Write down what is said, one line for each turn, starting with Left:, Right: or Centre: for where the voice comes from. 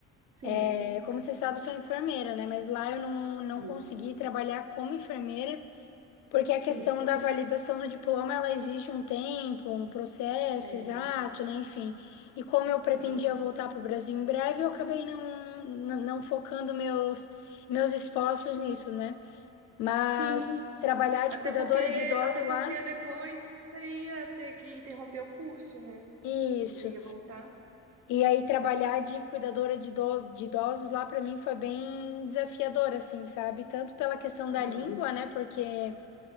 Right: sim.
Left: É, como você sabe, eu sou enfermeira, né? Mas lá eu não, não
Right: Uhum.
Left: consegui trabalhar como enfermeira Porque a
Right: Sim.
Left: questão da validação do diploma, ela exige um tempo, um processo
Right: É.
Left: exato, né? Enfim. E como eu pretendia
Right: Aham.
Left: voltar para o Brasil em breve, eu acabei não, não, não focando meus, meus esforços nisso, né? Mas
Right: Sim.
Left: Sim. trabalhar
Right: Até
Left: de cuidadora
Right: porque,
Left: de idoso
Right: até porque
Left: lá,
Right: depois você ia ter que interromper o curso, né?
Left: isso.
Right: Você ia voltar.
Left: E aí trabalhar de cuidadora de idoso, de idosos lá para mim foi bem desafiador, assim, sabe? Tanto pela questão da
Right: Aham.
Left: língua, né? Porque